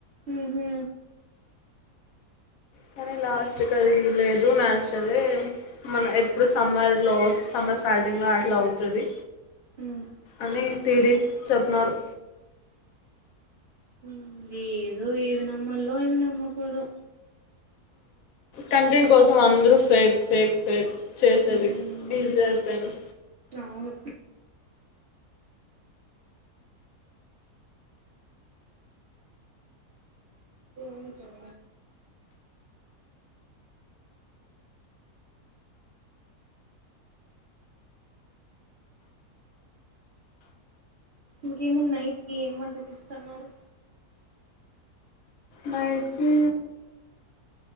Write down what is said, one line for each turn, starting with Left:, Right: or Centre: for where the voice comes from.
Right: ఉమ్ హు
Left: కానీ లాస్ట్కి అది లేదు, న్యాచురలే మన ఎప్పుడు సమ్మర్లో సమ్మర్ స్టార్టింగ్లో అట్లా అవుతది
Right: ఉమ్
Left: అని తీరీస్ చెప్తున్నారు.
Right: ఉమ్ ఏదో, ఏమి నమ్మలో ఏమి నమ్మకూడదో.
Left: కంటెంట్ కోసం అందరూ ఫేక్, ఫేక్, ఫేక్ చేసేది
Right: ఉమ్
Left: ఈజీ అయిపోయింది.
Right: అవును ఇంక <inaudible> ఇంకేముందు నైట్ కి ఏం వంట చేస్తున్నారు
Left: నైట్ కి